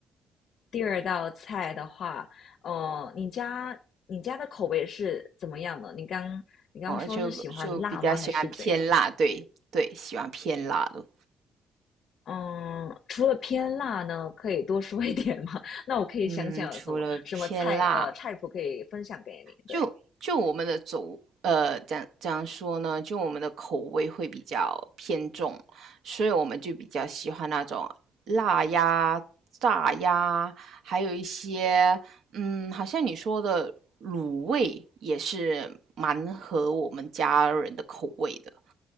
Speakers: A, on the left; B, on the right.
A: 第二道菜的话，呃，你家你家的口味是怎么样的？你刚你刚说是喜欢辣吗？
B: 哦，就就比较喜欢偏辣，
A: 还是怎样？
B: 对对，喜欢偏辣的。
A: 嗯，除了偏辣呢，可以多说一点吗？<laughs> 那我可以想想有什么什么菜，
B: 嗯，除了偏辣，
A: 呃，菜谱可以分享给你。对，
B: 就就我们的走，呃，怎样怎样说呢？就我们的口味会比较偏重，所以我们就比较喜欢那种辣呀、炸呀，还有一些，嗯，好像你说的卤味也是蛮合我们家人的口味的。